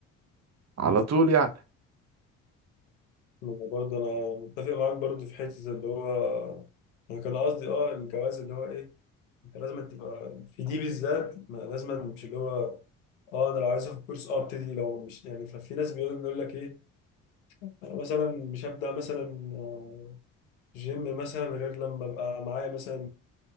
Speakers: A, on the right; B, on the left.
A: على طول يعني
B: انا برضه انا متفق معاك برضه في حته اللي هو انا كان قصدي اه الجواز اللي هو ايه انت لازم تبقى في دي بالذات ما لازم مش اللي هو اه انا لو عايز اخد كورس اه ابتدي لو مش يعني ففي ناس بيقول بيقول لك ايه انا مثلا مش هبدا مثلا آه، جيم مثلا غير لما ابقى معايا مثلا